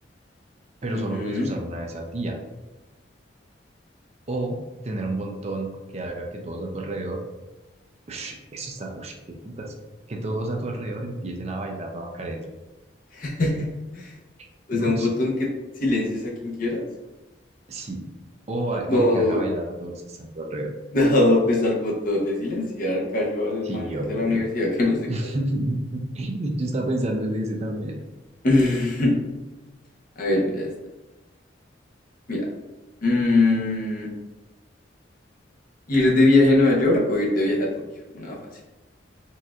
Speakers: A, on the right; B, on the left.
A: pero
B: Ujú.
A: solo puedes usar una vez al día. O tener un botón que haga que todos a tu alrededor... Ush, eso está... Ush, qué putas. Que todos a tu alrededor empiecen a bailar la Macarena.
B: <laughs>
A: <laughs>
B: O sea, un
A: Ush.
B: botón que silencias a quien quieras.
A: Sí. O, a-
B: No,
A: o que haga bailar a todos los que están a tu alrededor.
B: <laughs> no, pues al botón de silenciar cayó al
A: Sí,
B: man
A: obvio.
B: de la universidad que no se
A: <laughs>
B: calla.
A: Yo estaba pensando en ese también.
B: <laughs> A ver, mira esta. Mira. mm, ¿ir de viaje a Nueva York o ir de viaje a Tokio? Una fácil.